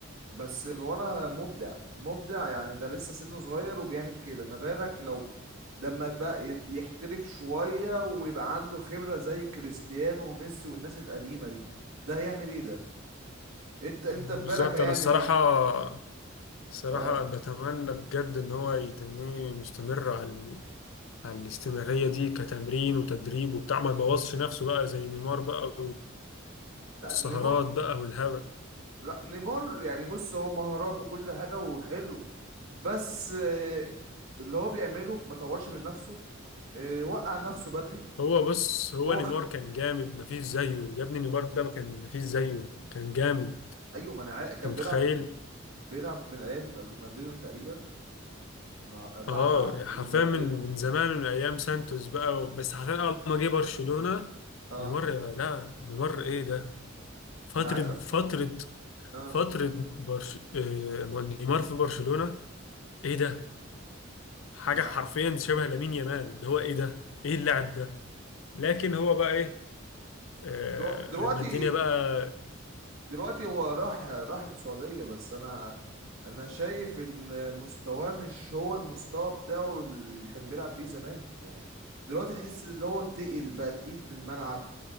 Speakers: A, on the right; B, on the left.
A: بس الولا مبدع مبدع يعني ده لسه سنه صغير وبيعمل كده ما بالك لو ده لما بقى يب- يحترف شوية ويبقى عنده خبرة زي كريستيانو وميسي والناس القديمة دي ده هيعمل ايه ده انت انت
B: بالظبط
A: في بالك هيعمل
B: انا الصراحه
A: ايه
B: الصراحه
A: اه
B: بتمنى بجد ان هو يتنيه مستمر على ال- على الاستمراريه دي كتمرين وتدريب وبتاع ما يبوظش نفسه بقى زي نيمار بقى
A: لا
B: والسهرات
A: نيمار
B: بقى والهبل
A: لا نيمار يعني بص هو مهاراته كل حاجة وحلو بس آه، اللي هو بيعمله ما طورش من نفسه آه، وقع نفسه بدري
B: هو بص هو
A: هو
B: نيمار
A: خ...
B: كان جامد مفيش زيه يا ابني نيمار ده ما كان مفيش زيه كان جامد
A: ايوه ما انا عا- كان
B: انت متخيل
A: بيلعب بيلعب من ايام رونالدينيو تقريبا مع لعب
B: اه
A: مع اه
B: حرفيا
A: رونالدينيو
B: من من زمان من ايام سانتوس بقى بس حرفيا اول ما جه برشلونه
A: اه
B: نيمار لا نيمار ايه ده فترة
A: انا عايز أ-
B: فترة
A: اه
B: فترة برش... آه، نيمار في برشلونة
A: مم.
B: ايه ده؟ حاجة
A: ما انا
B: حرفيا
A: ع- حاجة
B: شبه لامين يامال اللي هو ايه ده؟ ايه اللاعب ده؟ لكن هو بقى ايه؟ آه
A: درو- دلوقتي
B: لما الدنيا بقى
A: دلوقتي هو راح راح السعودية بس انا انا شايف ان مستواه مش هو المستوى بتاعه اللي كان بيلعب بيه زمان يعني دلوقتي تحس اللي هو تقل بقى تقيل في الملعب